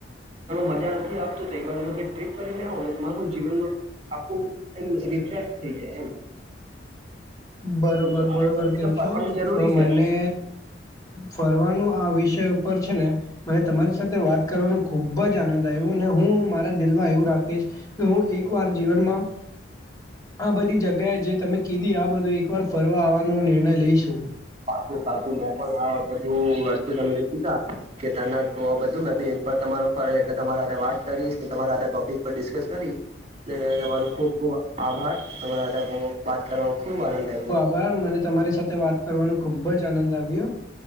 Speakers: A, on the right; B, on the left.
A: મજા નથી આપતું તો એક વાર તમે ટ્ર્રીપ કરીને આવો, તમારું જીવનમાં આખું એમ રિફેશ થઈ જાય છે, એમ
B: બરોબર-બરોબર
A: તમારે ફરવાનું
B: કેવ છું,
A: જરૂરી
B: તો
A: છે
B: મને ફરવાનું આ વિષય ઉપર છે ને મને તમારી સાથે વાત કરવાનો ખુબ જ આનંદ આવ્યું અને હું મારા... દલવા એવું રાખીશ કે હું એક વાર જીવનમાં... આ બધી જગ્યાએ જે તમે કીધી આ બધી એક વાર ફરવા આવવાનો નિર્ણય લઈશું.
A: પાકું પાકું મેં પણ આવા પછી રસ્તો તમે <unintelligible> કેદારનાથ કહ બધું મેં ભી એક વાર તમારો ફરે એટલે તમારા સાથે વાત કરીશ તમારા ટોપિક પર ડિસ્કસ કરીશ. તમારું ખુબ ખુબ આભાર તમારા હાથે વાત કરવામાં ખુબ આનંદ આયવો.
B: પણ મને તમારી સાથે વાત કરવાનું ખુબ જ આનંદ આવ્યો.